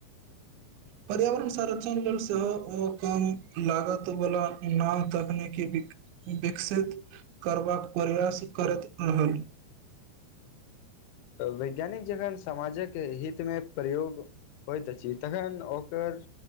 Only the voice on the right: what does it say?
पर्यावरण संरक्षण लेलऽ सेहो ओ कम लागत वाला नै तकनी विकसित करबा कऽ प्रयास करैत रहल